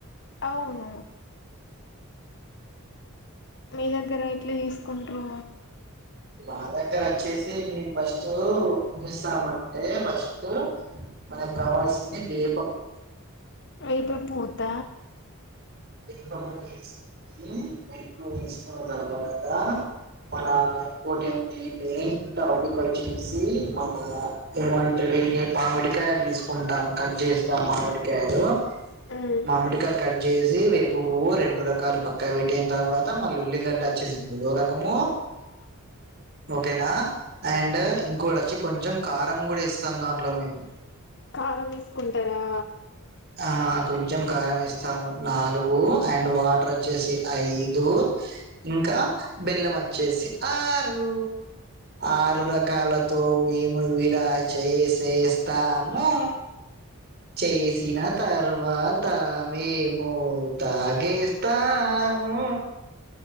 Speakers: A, on the left; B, on the right.
A: అవును మీ దగ్గర ఎట్లా చేసుకుంట్రు
B: బ దగ్గర వచ్చేసి మేము ఫస్ట్ చస్తామంటే ఫస్ట్ మనకు కావాల్సింది వేపప్పు
A: వేపపువ్వు వద్ద
B: వేప పువ్వు తీసుకొని వేప తీసుకున్న తర్వాత మన ఇంకోటి ఈ మెయిన్ టాపిక్ వచ్చేసి మన ఇంటర్వ్యూని మామిడికా చూ కుంటాం కట్ చేస్తాం మామిడికాయలు
A: మ్మ్
B: మామిడికాయలు కట్ చే వేపువ్వు రెండు రకాలు పక్కా పెట్టిన తర్వాత మళ్ళీ ఉల్లిగడ్డ వచ్చేసి మూడో రకము
A: అ
B: ఓకేనా అండ్ ఇంకో వచ్చి కొంచెం కారం కూడా ఇస్తాం దాంట్లో మేము
A: కారం తీసుకుంటారా
B: ఆ కొంచెం కారం వేస్తాము నాలుగు అండ్ వాటర్ వచ్చేసి ఐదు ఇంకా బెల్లం వచ్చేసి ఆరు ఆరు రకాలతో మేము ఇలా చేసేస్తాము చే సిన తర్వాత మేము తాగేస్తాము